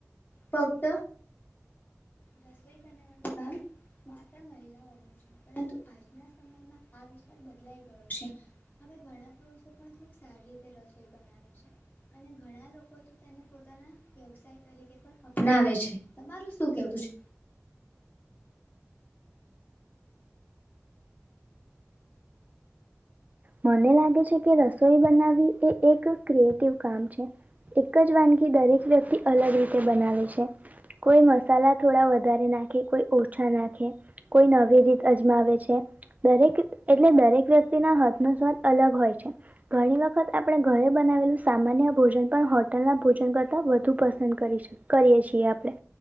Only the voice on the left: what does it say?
ફક્ત રસોઈ બનાવાનું કામ માત્ર મહિલાઓનું પરંતુ આજના સમયમાં આ વિચાર બદલાઈ ગયો છે. હવે ઘણા પુરુષો પણ ખુબ સારી રીતે રસોઈ બનાવે છે. અને ઘણા લોકો તો તેને પોતાના વ્યવસાય તરીકે પણ અપનાવે છે તમારું શું કેવું છે?